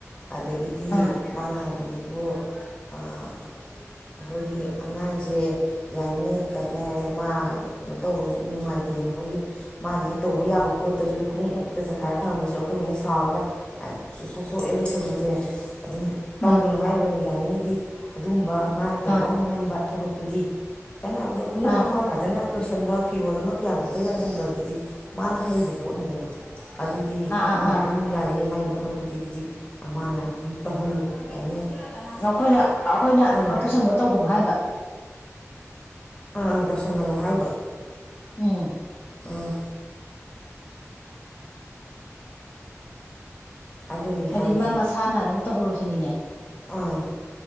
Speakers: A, on the left; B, on the left.
A: ꯑꯗꯒꯤꯗꯤ
B: ꯑꯥ ꯑꯥ
A: ꯃꯥꯅ ꯍꯥꯏꯕꯗ ꯑꯗꯨꯕꯨ ꯑꯩꯈꯣꯏꯒꯤ ꯑꯉꯥꯡꯁꯦ ꯌꯥꯔꯤꯉꯩ ꯀꯩ ꯍꯥꯏꯇꯥꯔꯦ ꯃꯥ ꯀꯩꯅꯣ ꯇꯧꯕ ꯅꯨꯡꯉꯥꯏꯇꯦꯅ ꯑꯩꯈꯣꯏꯒꯤ ꯃꯥꯅ ꯍꯦꯛ ꯇꯧꯕ ꯌꯥꯕ ꯄꯣꯠꯇꯁꯨ ꯈꯣꯡ ꯎꯛꯇ ꯆꯥꯏꯈꯥꯏꯔ ꯊꯝꯕꯁꯨ ꯑꯩꯈꯣꯏꯅ ꯍꯦ ꯁꯥꯎꯔꯒ ꯇꯣꯛ ꯇꯣꯛꯑꯦ ꯂꯣꯏꯁꯟꯕꯁꯦ ꯑꯗꯨꯝ ꯇꯧꯒꯅꯣ
B: ꯑꯥ
A: ꯍꯥꯏꯕꯅ ꯌꯥꯔꯤꯉꯩꯗꯤ ꯑꯗꯨꯒꯨꯝꯕ ꯃꯥꯅ ꯇꯧꯕ
B: ꯑꯥ
A: ꯉꯝꯕ ꯊꯕꯛꯇꯨꯗꯤ ꯍꯥꯏꯕꯗ ꯈꯣꯡꯎꯞ
B: ꯑꯥ
A: ꯑꯃ ꯐꯖꯅ ꯂꯣꯏꯁꯤꯟꯕ ꯐꯤꯔꯣꯜ ꯑꯃ ꯐꯤꯌꯥꯡꯀꯣꯛꯇ ꯌꯥꯟꯁꯤꯟꯕ ꯑꯗꯨꯗꯤ ꯃꯥꯅ ꯍꯩꯕ ꯄꯣꯠꯅꯤꯗꯅ ꯑꯗꯨꯗꯤ
B: ꯑꯥ
A: ꯃꯥꯅ
B: ꯑꯥ
A: ꯑꯗꯨꯝ ꯌꯥꯔꯤꯉꯩ ꯃꯥꯏ ꯃꯊꯧꯗꯨꯗꯤ ꯑꯗꯨꯗꯤ ꯃꯥꯅ ꯑꯗꯨꯝ ꯇꯧꯍꯜꯂꯨ ꯌꯥꯔꯤꯉꯩ
B: ꯅꯈꯣꯏꯅ
A: ꯑꯥ
B: ꯑꯩꯈꯣꯏꯅ
A: ꯑꯥ
B: ꯀꯩꯅꯣ ꯇꯧꯁꯟꯕ ꯇꯧꯕꯅꯣ ꯍꯥꯏꯕ
A: ꯑꯉꯥꯡ ꯇꯧꯁꯟꯒꯅꯨ ꯍꯥꯏꯕ
B: ꯎꯝ
A: ꯑꯥ ꯑꯗꯨꯅꯤ
B: ꯍꯥꯏꯗꯤ
A: ꯍꯥꯏꯔꯤꯁꯦ
B: ꯃꯥ ꯃꯁꯥꯅ ꯑꯗꯨꯝ ꯇꯧꯍꯜꯂꯨꯁꯤꯅꯤꯅꯦ
A: ꯑꯥ